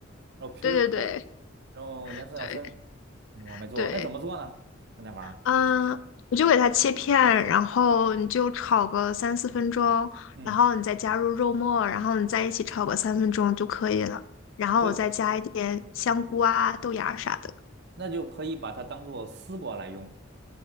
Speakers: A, on the right (about 60°); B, on the left (about 70°).
A: 然后皮儿要厚，
B: 对对对
A: 然后颜色要深。
B: 对
A: 嗯我没做过，
B: 对，
A: 那怎么做呢？它那玩意儿，
B: 嗯，你就给它切片，然后你就炒个三四分钟，
A: 嗯，
B: 然后你再加入肉末，然后你在一起炒个三分钟就可以了。然后我再加一点香菇啊、
A: 可以，
B: 豆芽啥的，
A: 那就可以把它当做丝瓜来用，